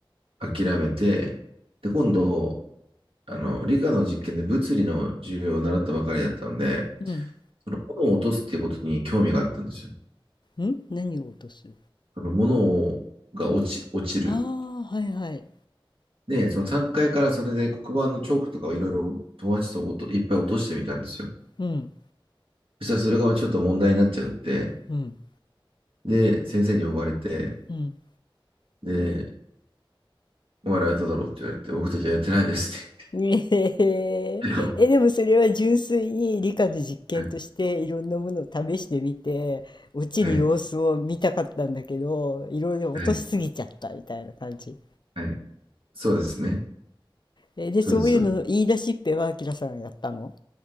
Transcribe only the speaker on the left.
うん。
ん何を落とす
ああー、はいはい。
うん、
うん、
うん。
ねえー
<laughs> え、でもそれは純粋に理科の実験としていろんなものを試してみて落ちる様子を見たかったんだけどいろいろ落としすぎちゃったみたいな感じ。
えでそういうのの言い出しっぺはあきらさんがやったの